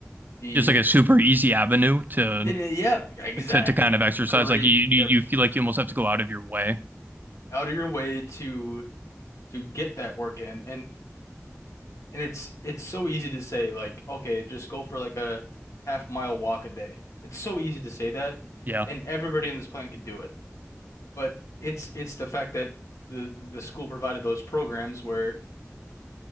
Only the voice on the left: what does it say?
the
and, uh, yeah, exactly.
Great.
Yep.
Out of your way to to get that work in. And And it's it's so easy to say like, okay, just go for like a half mile walk a day. It's so easy to say that,
and everybody on this planet could do it. But it's it's the fact that the the school provided those programs where